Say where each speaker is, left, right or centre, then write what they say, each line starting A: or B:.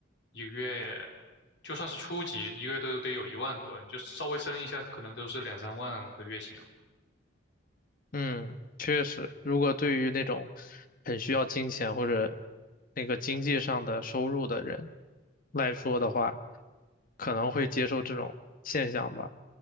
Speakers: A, on the left; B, on the left.
A: 一个月就算是初级，一个月都得有一万多，你就稍微升一下，可能都是两三万的月薪。
B: 嗯，确实，如果对于那种很需要金钱或者那个经济上的收入的人来说的话，可能会接受这种现象吧。